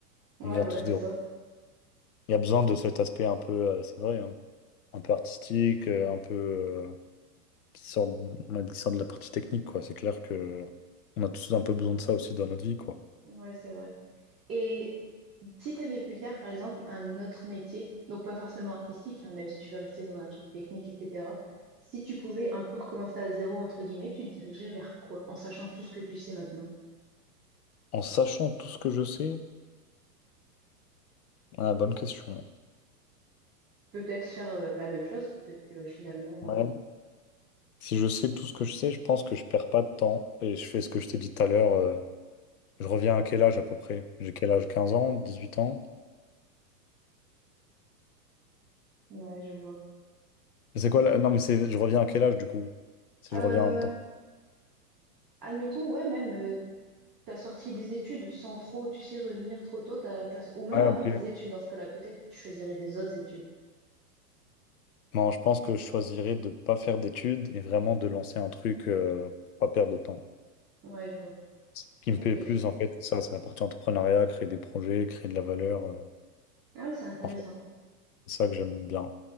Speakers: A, in the centre; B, on the left.
A: Ouais,
B: On devient
A: voilà,
B: tous
A: c'est
B: des robots.
A: ça.
B: Il y a besoin de cet aspect un peu, euh, c'est vrai, hein, un peu artistique, euh, un peu, euh, qui sort, on a dit, qui sort de la partie technique, quoi. C'est clair que on a tous un peu besoin de ça aussi dans notre vie, quoi.
A: Ouais, c'est vrai. Et si tu avais pu faire, par exemple, un autre métier, donc pas forcément artistique, hein, même si tu veux rester dans un truc technique, etc., si tu pouvais un peu recommencer à zéro, entre guillemets, tu te dirigerais vers quoi, en sachant tout ce que tu sais maintenant?
B: En sachant tout ce que je sais, ah, bonne question.
A: peut-être faire euh, la même chose, peut-être que finalement,
B: Ouais.
A: euh,
B: Si je sais tout ce que je sais, je pense que je perds pas de temps et je fais ce que je t'ai dit tout à l'heure. euh, je reviens à quel âge à peu près? J'ai quel âge? quinze ans, 18 ans?
A: ouais, je vois.
B: C'est quoi là? Non, mais c'est je reviens à quel âge du coup? Si
A: Euh,
B: je reviens dans...
A: admettons, ouais, même euh, t'as sorti des études sans trop, tu sais, revenir trop tôt, t'as- t'as- ou même
B: Ouais,
A: avant
B: ok.
A: tes études, dans ce cas-là, peut-être que tu choisirais des autres études.
B: Non, je pense que je choisirais de ne pas faire d'études et vraiment de lancer un truc euh, pour pas perdre de temps.
A: Ouais, je vois.
B: Ce qui me
A: Ok.
B: plaît plus, en fait, c'est ça, c'est la partie entrepreneuriat, créer des projets, créer de la valeur. euh,
A: Ah, ouais, c'est intéressant.
B: en fait, c'est ça que j'aime bien.